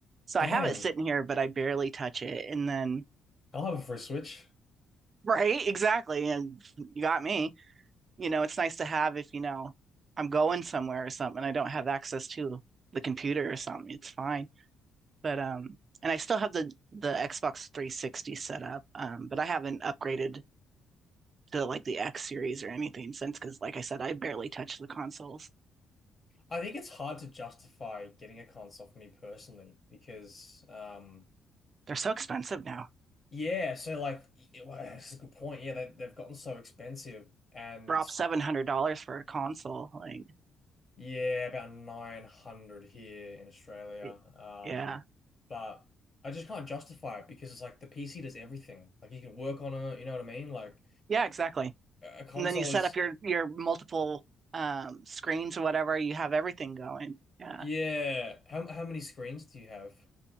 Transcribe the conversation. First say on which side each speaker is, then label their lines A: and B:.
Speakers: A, on the right (about 35°); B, on the left (about 30°).
A: So
B: Damn.
A: I have it sitting here, but I barely touch it. And then,
B: I'll have a free Switch.
A: <laughs> right, exactly. And you got me. You know, it's nice to have if, you know, I'm going somewhere or something. I don't have access to the computer or something. It's fine. But, um, and I still have the the Xbox 360 set up, um, but I haven't upgraded to like the X series or anything since, because like I said, I barely touch the consoles.
B: I think it's hard to justify getting a console for me personally because um
A: They're so expensive now.
B: yeah, so like it- well, that's a good point. Yeah, they they've gotten so expensive and
A: Drop $700 for a console. Like,
B: yeah, about 900 here in Australia.
A: y-
B: Um
A: yeah.
B: but I just can't justify it because it's like the PC does everything. Like you can work on it, you know what I mean? Like
A: Yeah, exactly.
B: a a console
A: And then you set
B: is
A: up your your multiple um, screens or whatever, you have everything going. Yeah.
B: yeah. How how many screens do you have?